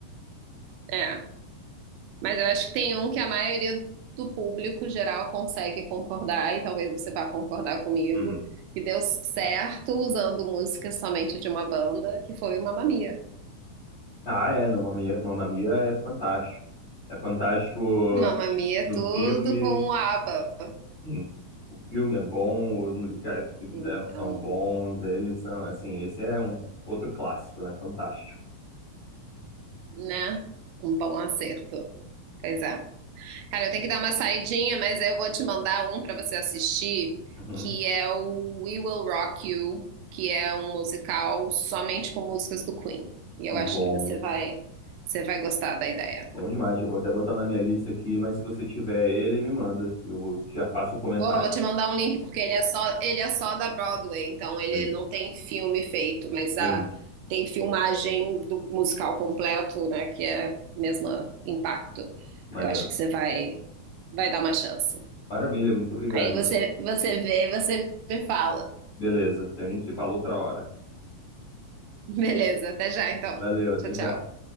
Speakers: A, on the right; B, on the left.
A: É, mas eu acho que tem um que a maioria do público geral consegue concordar, e talvez você vá concordar comigo,
B: Uhum.
A: que deu certo usando música somente de uma banda, que foi o Mamma Mia.
B: Ah, é, não, Mamma Mia Mamma Mia é fantástico. É fantástico
A: Mamma Mia é
B: do
A: tudo
B: filme.
A: com o ABBA.
B: Sim. O filme é bom, os musicais que se fizeram
A: Então,
B: são bons, eles são, assim, esse é um outro clássico, né? Fantástico.
A: né? Um bom acerto. Pois é. Cara, eu tenho que dar uma saidinha, mas eu vou te mandar um pra você assistir,
B: Uhum.
A: que é o We Will Rock You, que é um musical somente com músicas do Queen. E
B: Bom,
A: eu acho que você vai, você vai gostar da ideia.
B: bom demais. Eu vou até botar na minha lista aqui, mas se você tiver ele, me manda. Eu já faço o comentário.
A: Vou, vou te mandar um link porque ele é só ele é só da Broadway, então ele
B: Entendi.
A: não tem filme feito, mas a,
B: Entendi.
A: tem filmagem do musical completo, né, que é o mesmo impacto.
B: Maneiro.
A: Eu acho que você vai vai dar uma chance.
B: Maravilha, muito obrigado,
A: Aí
B: então.
A: você você vê, você me fala.
B: Beleza, então a gente se fala outra hora.
A: Beleza, até já então.
B: Valeu, até
A: Tchau,
B: já.
A: tchau.